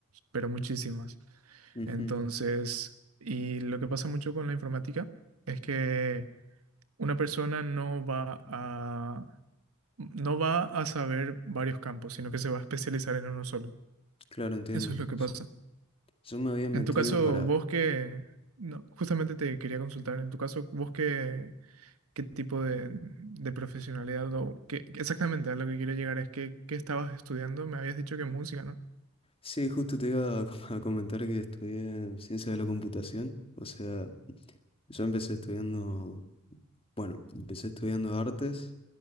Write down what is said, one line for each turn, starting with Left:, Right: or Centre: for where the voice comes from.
Right: pero muchísimas.
Left: Ujú,
Right: Entonces, y lo que pasa mucho con la informática es que una persona no va a, no va a saber varios campos, sino que se va a especializar en uno solo.
Left: Claro, entiendo.
Right: Eso es lo que
Left: S-
Right: pasa.
Left: Yo me había metido
Right: En tu caso,
Left: para...
Right: vos que, no, justamente te quería consultar, en tu caso, vos que qué tipo de, de profesionalidad o qué, exactamente a lo que quiero llegar es que, ¿qué estabas estudiando? Me habías dicho que música, ¿no?
Left: Sí, justo te iba a <laughs> com- a comentar que estudié ciencias de la computación. O sea, yo empecé estudiando, bueno, empecé estudiando artes